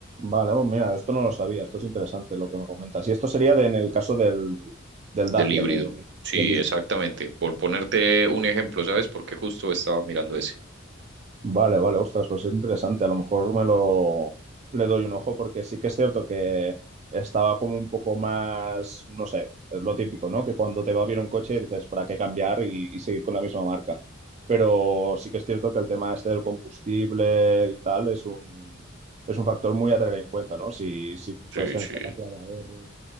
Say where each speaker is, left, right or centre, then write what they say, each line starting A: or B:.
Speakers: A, on the right (about 35°); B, on the right (about 60°).
A: Vale, oh, mira, esto no lo sabía, esto es interesante lo que me comentas. Y esto sería de- en el caso del, del Dacia,
B: Del híbrido.
A: que,
B: Sí,
A: del,
B: exactamente. Por ponerte un ejemplo, ¿sabes? Porque justo estaba mirando ese.
A: Vale, vale, ostras, pues es interesante. A lo mejor me lo le doy un ojo porque sí que es cierto que estaba como un poco más, no sé, es lo típico, ¿no? Que cuando te va bien un coche dices, ¿para qué cambiar y, y seguir con la misma marca? Pero sí que es cierto que el tema este del combustible y tal es un, es un factor muy a tener en cuenta, ¿no? Si, si puedes
B: Sí,
A: tener
B: sí.
A: capacidad de ahorro